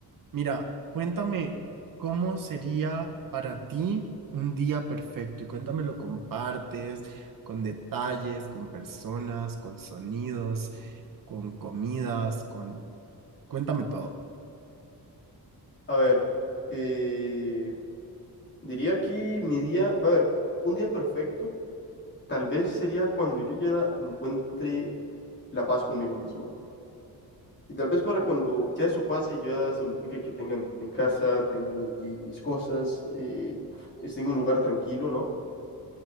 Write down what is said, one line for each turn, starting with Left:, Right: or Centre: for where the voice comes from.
Right: Mira, cuéntame cómo sería para ti un día perfecto y cuéntame lo compartes con detalles, con personas, con sonidos, con comidas, con... Cuéntame todo.
Left: A ver, eh, diría que mi día, a ver, un día perfecto tal vez sería cuando yo ya encuentre la paz conmigo mismo. Y tal vez para cuando ya eso pase, ya significa que tenga mi casa, tenga mi- mis cosas, eh, esté en un lugar tranquilo, ¿no?